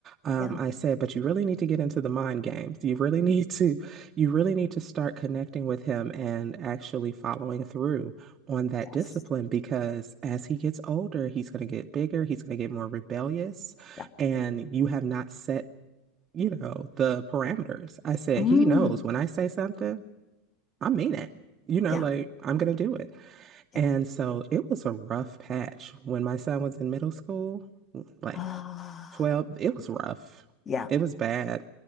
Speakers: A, on the right (about 25°); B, on the left (about 20°).
A: um,
B: Yeah.
A: I said, but you really need to get into the mind games. You really <laughs> need to, you really need to start connecting with him and actually following through on that
B: Yes.
A: discipline because as he gets older, he's going to get bigger, he's going to get more rebellious,
B: Yeah.
A: and you have not set, you know, the parameters. I said,
B: Mm.
A: he knows when I say something, I mean it. You know,
B: Yeah.
A: like I'm going to do it.
B: Yeah.
A: And so it was a rough patch when my son was in middle school. Like
B: Ah.
A: 12 it was rough
B: Yeah.
A: it was bad